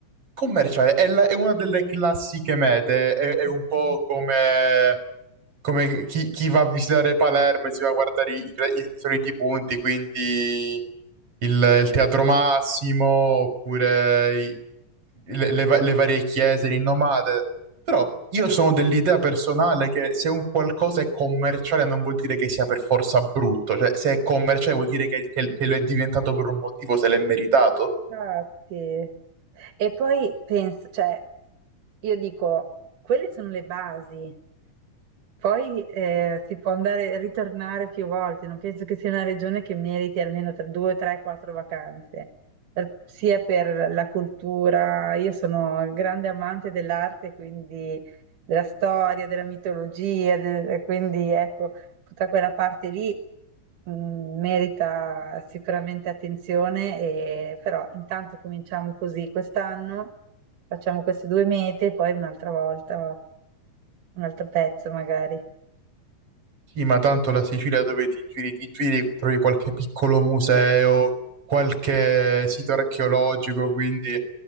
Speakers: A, on the right; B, on the right.
A: commerciale è, la- è una delle classiche mete, è, è
B: Ok.
A: un po' come come chi, chi va a visitare Palermo e si va a guardare i, i- i soliti punti, quindi il, il Teatro Massimo, oppure i- le, le va- le varie chiese rinomate. Però io sono dell'idea personale che se un qualcosa è commerciale non vuol dire che sia per forza brutto, cioè se è commerciale vuol dire che, che- che lo è diventato per un motivo, se l'è meritato.
B: Infatti. E poi penso, cioè, Io dico, quelle sono le basi, poi eh, si può andare ritornare più volte, non penso che sia una regione che meriti almeno tre, due, tre, quattro vacanze, Per- sia per la cultura, io sono grande amante dell'arte, quindi della storia, della mitologia, de- quindi ecco, tutta quella parte lì mh, merita sicuramente attenzione, e- però intanto cominciamo così quest'anno Facciamo queste due mete e poi un'altra volta un altro pezzo magari.
A: Sì, ma tanto la Sicilia dove ti giri, ti giri, trovi qualche piccolo museo, qualche sito archeologico, quindi